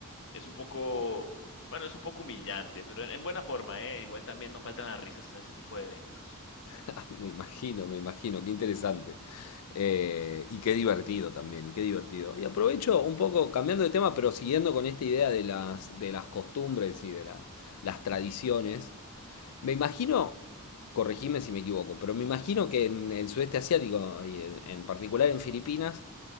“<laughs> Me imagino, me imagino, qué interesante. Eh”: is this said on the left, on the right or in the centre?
Left